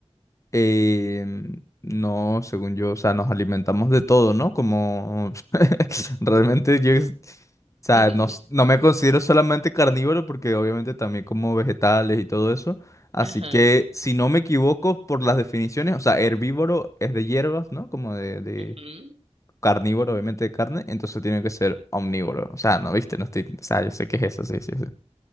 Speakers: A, on the left (about 25°); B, on the right (about 60°).
A: Em, no, según yo, o sea, nos alimentamos de todo, ¿no? Como <laughs> realmente yo, es- o sea,
B: <laughs>
A: no, s- no me considero solamente carnívoro porque obviamente también como vegetales y todo eso. Así
B: Ajá,
A: que, si no me equivoco por las definiciones, o sea, herbívoro es de hierbas, ¿no? Como de, de
B: ujú,
A: carnívoro, obviamente de carne, entonces tiene que ser omnívoro. O sea, no, viste, no estoy, o sea, yo sé que es eso, sí, sí, sí.